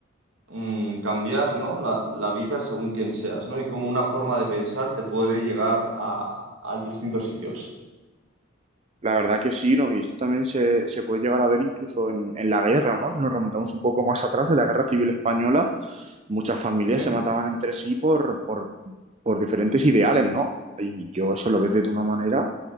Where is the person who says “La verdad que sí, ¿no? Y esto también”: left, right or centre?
Right